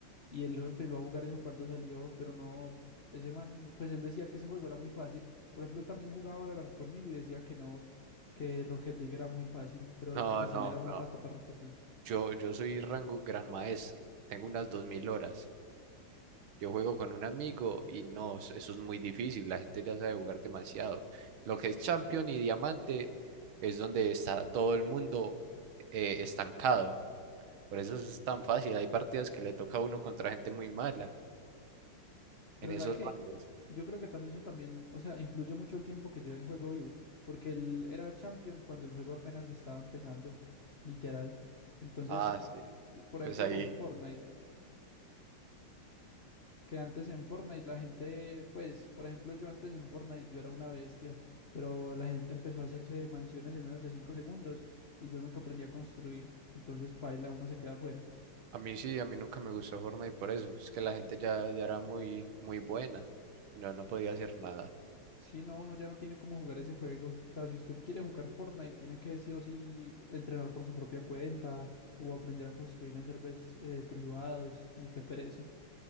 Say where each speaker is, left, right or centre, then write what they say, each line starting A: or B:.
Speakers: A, on the left; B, on the right.
A: y él empezó a jugar eso cuando salió, pero no. Ese man, pues él decía que ese juego era muy fácil. Por ejemplo, él también jugaba Valorant conmigo y decía que no, que Rocket League era muy fácil, pero
B: No,
A: pues
B: no,
A: él era una
B: no.
A: rata para Rocket League.
B: Yo, yo soy rango gran maestro. Tengo unas dos mil horas. Yo juego con un amigo y no, es- eso es muy difícil. La gente ya sabe jugar demasiado. Lo que es champion y diamante es donde está todo el mundo eh, estancado. Por eso es tan fácil. Hay partidas que le toca a uno contra gente muy mala
A: Pero
B: en esos
A: sabe que
B: rangos.
A: yo creo que también eso también, o sea, influye mucho el tiempo que lleva el juego vivo, porque él era champion cuando el juego apenas estaba empezando, literal. Entonces,
B: Ah, sí.
A: u- por
B: Pues
A: ejemplo,
B: ahí.
A: con Fortnite, que antes en Fortnite la gente, pues, por ejemplo, yo antes en Fortnite yo era una bestia, pero la gente empezó a hacerse mansiones en menos de 5 segundos y yo nunca aprendí a construir, entonces paila, uno se queda fuera.
B: A mí sí, a mí nunca me gustó Fortnite por eso. Es que la gente ya, ya era muy, muy buena. No, no podía hacer nada.
A: Sí, no, uno ya no tiene cómo jugar ese juego. O sea, si usted quiere jugar Fortnite, tiene que sí o sí entrenar por su propia cuenta o aprender a construir en servers eh, privados y qué pereza.